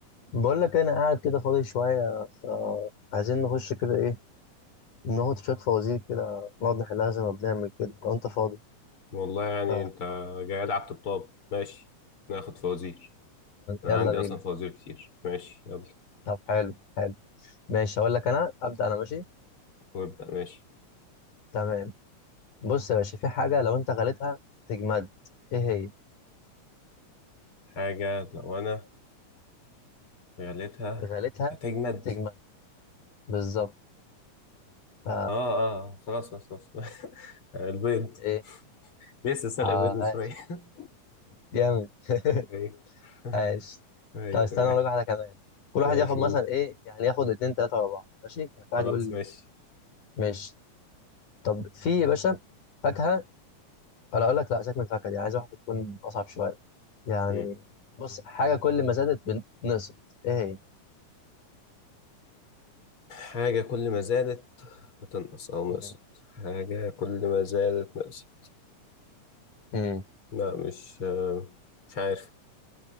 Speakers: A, on the left; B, on the left.
A: بقول لك انا قاعد كده فاضي شويه فعايزين نخش كده ايه ناخد شويه فوازير كده نقعد نحلها زي ما بنعمل كده لو انت فاضي
B: والله يعني
A: ف
B: انت جاي لي على الطبطاب ماشي ناخد فوازير انا
A: يلا
B: عندي
A: بينا
B: اصلا فوازير كتير ماشي يلا
A: طب حلو حلو ماشي هقول لك انا ابدا انا ماشي
B: وابدأ ماشي
A: تمام بص يا باشا في حاجه لو انت غليتها تجمد ايه هي
B: حاجة لو انا غليتها
A: غليتها
B: هتجمد
A: تجمد بالظبط ف
B: اه اه آه. خلاص خلاص خلاص <laughs> البيض
A: ايه
B: لسه سلق
A: اه
B: بيض من
A: عاش
B: شوية
A: جامد <laughs>
B: <laughs> ايوه
A: عاش
B: <laughs> ايوه
A: طب استنى
B: تمام
A: اقول لك واحده كمان كل واحد
B: ماشي
A: ياخد مثلا
B: قول
A: ايه يعني ياخد اتنين تلاته ورا بعض ماشي يعني كل واحد
B: خلاص
A: يقول
B: ماشي
A: ماشي طب في يا باشا فاكهة أنا أقول لك لا سيبك من الفاكهة دي عايز واحدة تكون أصعب شوية يعني
B: مم.
A: بص حاجة كل ما زادت بنقصت إيه هي؟
B: حاجة كل ما زادت بتنقص أو
A: مم.
B: نقصت حاجة كل ما زادت نقصت
A: مم.
B: لا مش آه، مش عارف